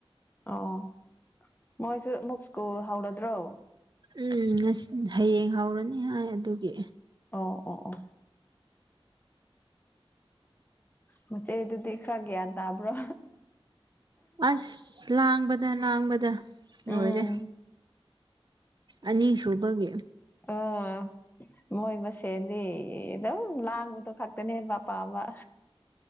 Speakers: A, on the left; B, on the right.
A: ꯑꯣ ꯃꯣꯏꯁꯨ ꯑꯃꯨꯛ ꯁ꯭ꯀꯨꯜ ꯍꯧꯔꯗ꯭ꯔꯣ
B: ꯎꯝ ꯉ ꯍꯌꯦꯡ ꯍꯧꯔꯅꯤ ꯍꯥꯏ ꯑꯗꯨꯒꯤ
A: ꯑꯣ ꯑꯣ ꯑꯣ ꯃꯆꯦꯗꯨꯗꯤ ꯈꯔ ꯒ꯭ꯌꯥꯟ ꯇꯥꯕ꯭ꯔꯣ
B: ꯑꯁ ꯂꯥꯡꯕꯗ ꯂꯥꯡꯕꯗ ꯂꯣꯏꯔꯦ
A: ꯎꯝ
B: ꯑꯅꯤꯁꯨꯕꯒꯤ
A: ꯑꯣ ꯃꯣꯏ ꯃꯁꯦꯅꯤ ꯑꯦꯗꯝ ꯂꯥꯡꯕꯗꯨ ꯈꯥꯛꯇꯅꯦ ꯄ ꯄꯥꯝꯕ